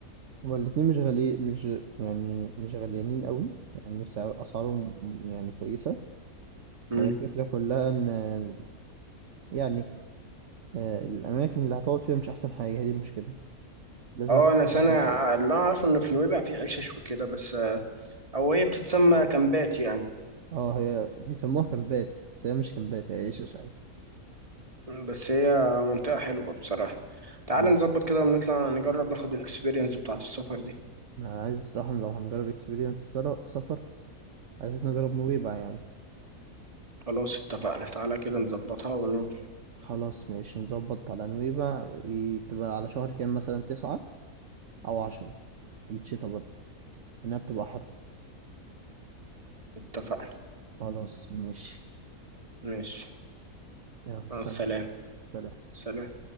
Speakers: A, on the right; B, on the right.
A: هما الاتنين مش غالي مش يعني مش غاليانين قوي يعني سعر أسعارهم يعني كويسة
B: مم.
A: هي الفكرة كلها إن آه، يعني آه، الأماكن اللي هتقعد فيها مش أحسن حاجة هي دي المشكلة لازم
B: اه
A: تختار-
B: انا سنه
A: مكان تقعد.
B: اللي انا اعرفه ان في نويبع في عيشه وكده بس آه، او هي بتتسمى كامبات يعني
A: اه هي بيسموها كامبات بس هي مش كامبات هي عيشة عادي
B: بس هي منطقة حلوة بصراحة تعالى
A: <laughs>
B: نظبط كده ونطلع نجرب ناخد الاكسبيرينس بتاعة السفر دي
A: أنا عايز راح لو هنجرب اكسبيرينس سفر عايزين نجرب نويبع يعني
B: خلاص اتفقنا تعالى كده نظبطها ونقول
A: خلاص ماشي نظبط على نويبع وإيه تبقى على شهر كام مثلا تسعة أو عشرة في الشتا برضه لأنها بتبقى حر
B: اتفقنا
A: خلاص ماشي
B: ماشي
A: يلا
B: مع
A: سلام
B: السلامة
A: سلام
B: سلام